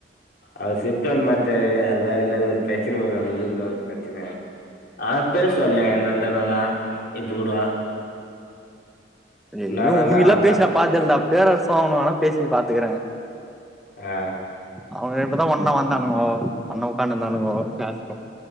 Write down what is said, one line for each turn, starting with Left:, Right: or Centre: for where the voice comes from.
Left: அவுரு சிப்ட் ஒன் மாட்டாரு அது வேற இல்லாது ஒரு பிரச்சன வரு அவுங்க ஊர்ல ஒரு பிரச்சன ஆ பேசுவானே என்னடா நல்லா இப்ப கூட
Centre: இதுவரையு
Left: நானா
Centre: உகிட்ல்லா
Left: அவள்தான்
Centre: பேசி நா பாக்கல்டா பேரரசு அவணு வேணா பேசி பாத்துக்கிற
Left: அ
Centre: அவுங்க இப்பதா ஒன்னா வந்தானுங்கோ ஒன்னா உக்காந்துர்தாணுங்கோ க்ளாஸ்க்கு